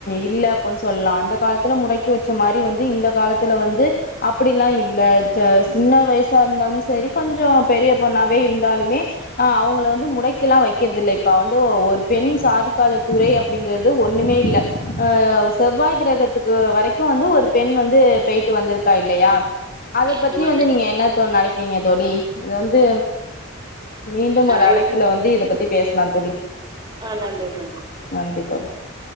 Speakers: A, on the left (about 45°); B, on the right (about 20°).
A: இல்ல அப்ன்னு சொல்லா அந்த காலத்துல முடக்கி வெச்ச மாரி வந்து இந்த காலத்துல வந்து அப்டி எல்லா இல்ல சே சின்ன வயசா இருந்தாலுமே சரி கொஞ்சோ பெரிய பொண்ணாவே இருந்தாலுமே அவங்கள வந்து முடக்கி எல்லா வெக்கிறது இல்ல இப்போ வந்து ஒரு பெண் சாதிக்காத துறை அப்டிங்கறது ஒண்ணுமே இல்ல ஆஹ் செவ்வாய் கிரகத்துக்கு வரைக்கு வந்து ஒரு பெண் வந்து பேய்ட்டு வந்திருக்கு க்கா இல்லயா அத பத்தி
B: ஆமா
A: வந்து நீங்க என்ன தோழி நெனக் கிறீங்க தோழி இது வந்து மீண்டும்
B: ஆ
A: ஒரு அழைப்புல
B: இத பத்தி
A: வந்து இத பத்தி பேசலாந் தோழி
B: ஆ நன்றி தோழி
A: நன்றி தோழி